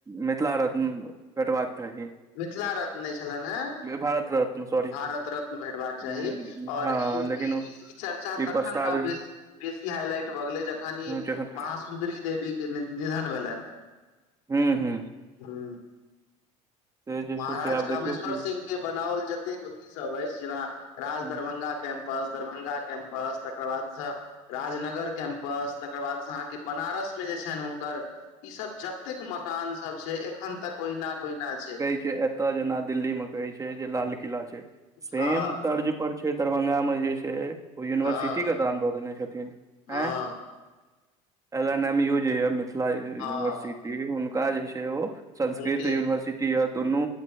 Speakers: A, on the right; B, on the left.
A: मिथिला रत्न कटबाक चाही।
B: मिथिला रत्न नहि छलनि हे
A: भारत रत्न सॉरी
B: भारत रत्न भेटबाक
A: हूँ
B: चाही आओर
A: हँ
B: ई।
A: लेकिन ओ
B: ई चर्चा
A: ई
B: तखन
A: प्रस्ताव
B: ने बेसी हाइलाइट भऽ गेलै जखन
A: जखन
B: महा सुन्दरी देवी। के निधन भेलनि।
A: हू, हू।
B: हू।
A: जे
B: महाराज
A: छै से आब
B: कामेश्वर
A: देखियौ कि
B: सिंह के बनाओल जतेक अथी सभ अछि जेना राज
A: हँ
B: दरभंगा कऽ बस दरभंगा कैम्पस तकर बादसँ। राजनगर कैम्पस तकर बाद से अहाँकेँ बनारस मे जे छनि हुनकर ईसभ जब। कतेक मकान सभ छै, एखन तक ओहिना के ओहिना छै।
A: ए जेना दिल्लीमे कहै छै लाल किला छै, सेम
B: हँ
A: तर्ज पर। पर छै, दरभंगामे जे छै। ओ यूनिवर्सिटीके
B: हँ
A: दान दऽ देने छथिन ह
B: हँ
A: एल एन एम यू जे। मिथिला यूनिवर्सिटी
B: हँ
A: हुनका जे छै ओ संस्कृत
B: हुनके
A: यूनिवर्सिटी। य दुनू